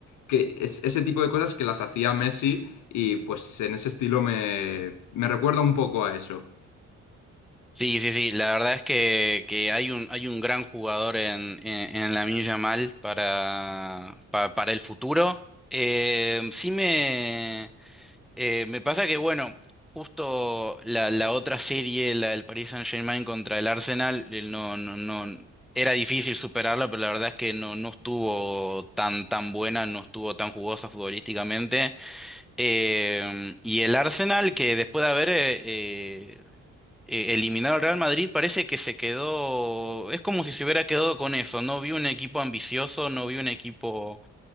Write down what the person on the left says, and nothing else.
que es ese tipo de cosas que las hacía Messi y pues en ese estilo me, me recuerda un poco a eso.